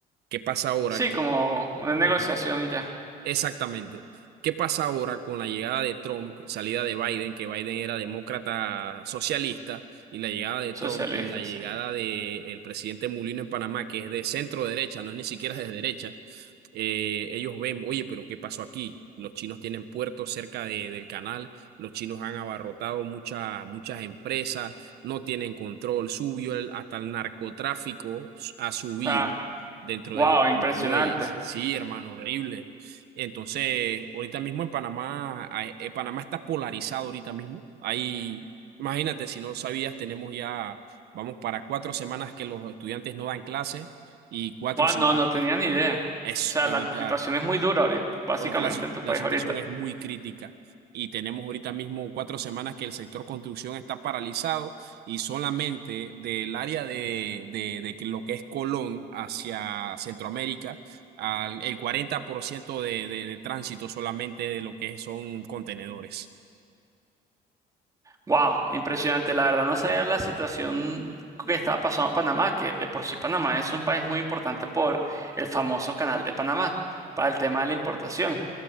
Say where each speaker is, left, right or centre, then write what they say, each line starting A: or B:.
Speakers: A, on the right; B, on the right.
A: ¿Qué pasa ahora
B: Sí,
A: que,
B: como una negociación
A: ajá,
B: y ya,
A: Exactamente. ¿Qué pasa ahora con la llegada de Trump, salida de Biden, que Biden era demócrata socialista, y la llegada de
B: socialista,
A: Trump y la llegada
B: sí.
A: del presidente Mulino en Panamá, que es de centro derecha, no es ni siquiera de derecha? eh, ellos ven, oye, pero ¿qué pasó aquí? Los chinos tienen puertos cerca de- del canal, los chinos han abarrotado muchas, muchas empresas, no tienen control, subió el- hasta el narcotráfico, ha subido
B: Ah,
A: dentro
B: wow,
A: de, la-
B: impresionante.
A: de los muelles. Sí, hermano, horrible. Entonces, ahorita mismo en Panamá, hay- eh, Panamá está polarizado ahorita mismo. Ahí, imagínate, si no sabías, tenemos ya, vamos para cuatro semanas que los estudiantes no dan clase y cuatro
B: Wow,
A: semanas.
B: no, no tenía ni idea.
A: Es
B: O sea,
A: ahorita
B: la situación es muy dura ahorita, básicamente
A: Ahorita la, si-
B: en tu
A: la
B: país
A: situación
B: ahorita.
A: es muy crítica y tenemos ahorita mismo cuatro semanas que el sector construcción está paralizado y solamente del área de, de, de que lo que es Colón hacia Centroamérica, al- el 40% de, de, de tránsito solamente de lo que son contenedores.
B: Wow, impresionante. La verdad no sabía la situación que estaba pasando a Panamá, que de por sí Panamá es un país muy importante por el famoso Canal de Panamá, para el tema de la importación,